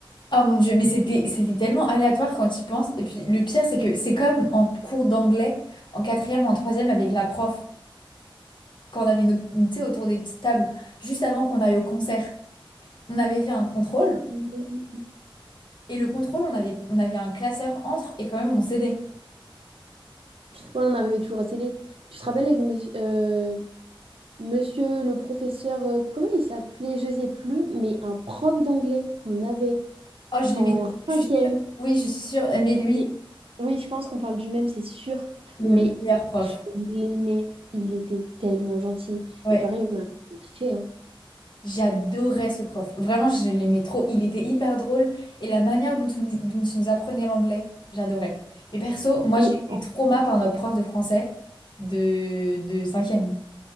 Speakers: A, on the left (about 55°); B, on the right (about 85°).
A: Oh mon Dieu, mais c'était c'était tellement aléatoire quand tu y penses. Et puis le pire, c'est que c'est comme en cours d'anglais, en quatrième ou en troisième avec la prof, quand on avait une, tu sais, autour des petites tables, juste avant qu'on aille au concert, on avait fait un contrôle.
B: Ouais,
A: Et le contrôle, on avait, on avait un classeur entre et quand même on cédait.
B: on arrivait toujours à s'aider. Tu te rappelles avec monsieur, euh, monsieur le professeur, euh, comment il s'appelait? Je sais plus, mais un prof d'anglais qu'on avait
A: Oh, je les
B: en
A: mettais, je
B: cinquième.
A: suis sûre. Oui, je suis sûre. Mais lui,
B: Mais- oui, je pense qu'on parle du même, c'est sûr.
A: le
B: Mais
A: meilleur prof.
B: je l'aimais. Il était tellement gentil.
A: Ouais,
B: Et pareil, on a triché, hein.
A: j'adorais ce prof. Vraiment, je l'aimais trop. Il était hyper drôle et la manière dont, on- dont il nous apprenait l'anglais, j'adorais. Mais perso, moi,
B: Mais
A: j'ai
B: en-
A: été trauma par notre prof de français de, de cinquième.